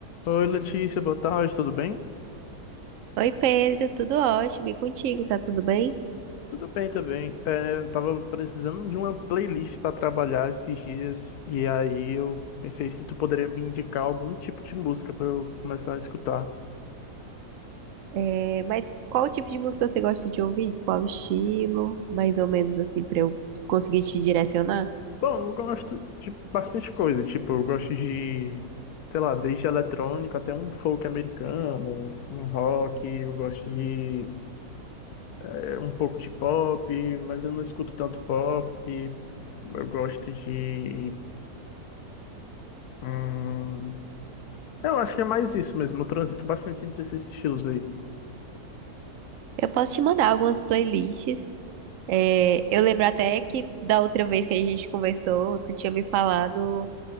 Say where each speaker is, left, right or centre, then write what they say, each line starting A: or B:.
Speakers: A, on the left; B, on the right.
A: Oi, Letícia, boa tarde, tudo bem?
B: Oi Pedro, tudo ótimo? E contigo, tá tudo bem?
A: Tudo bem também. É, eu tava precisando de uma playlist para trabalhar esses dias e aí eu pensei se tu poderia me indicar algum tipo de música para eu começar a escutar.
B: É, mas qual tipo de música você gosta de ouvir? Qual estilo? Mais ou menos assim, pra eu conseguir te direcionar?
A: Bom, eu gosto de bastante coisa, tipo, eu gosto de, sei lá, desde eletrônica até um folk americano, um rock, eu gosto de é, um pouco de pop, mas eu não escuto tanto pop. Eu gosto de hum, Eu acho que é mais isso mesmo. Eu transito bastante entre esses estilos aí.
B: Eu posso te mandar algumas playlists. É, eu lembro até que da outra vez que a gente conversou, tu tinha me falado